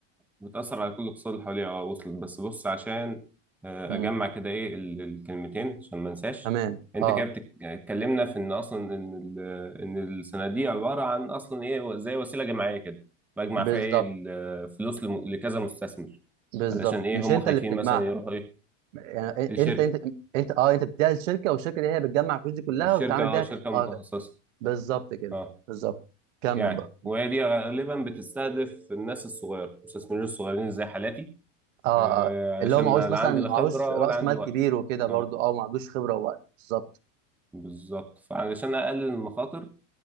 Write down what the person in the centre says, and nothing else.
بتأثر على كل الاقتصاد اللي حواليها اه وصلت بس بص عشان آه،
أجمع كده إيه ال- الكلمتين عشان ما انساش
أنت
كده بتك- اتكلمنا في إن أصلا إن ال- إن السنة دي عبارة عن أصلا إيه زي وسيلة جماعية كده بجمع
فيها إيه الفلوس لم- لكذا مستثمر
علشان إيه
هم
خايفين
مثلا يروحوا إيه
الشركة
الشركة
اه
شركة
متخصصة
اه
يعني
وهي دي غالبا بتستهدف الناس الصغيرة المستثمرين الصغيرين زي حالاتي
آه،
علشان
لا
لا عندي لا
خبرة
ولا عندي
وقت
اه
بالظبط فعلشان اقلل المخاطر